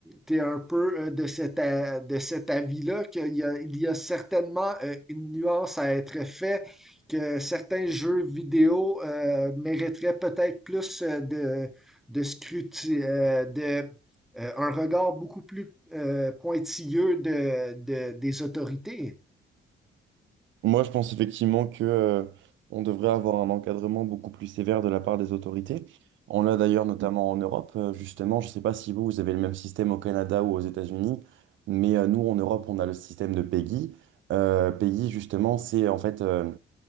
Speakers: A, in the centre; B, on the right (about 75°).
A: tu es un peu euh, de cet, a- de cet avis-là, qu'il y a, il y a certainement euh, une nuance à être faite, que certains jeux vidéo euh, mériteraient peut-être plus euh, de, de scruti- euh, de, euh, un regard beaucoup plus euh, pointilleux de, de- des autorités.
B: Moi, je pense effectivement que euh, on devrait avoir un encadrement beaucoup plus sévère de la part des autorités. On l'a d'ailleurs notamment en Europe, euh, justement. Je ne sais pas si vous, vous avez le même système au Canada ou aux États-Unis, mais euh, nous, en Europe, on a le système de PEGI. Euh, PEGI, justement, c'est en fait... euh,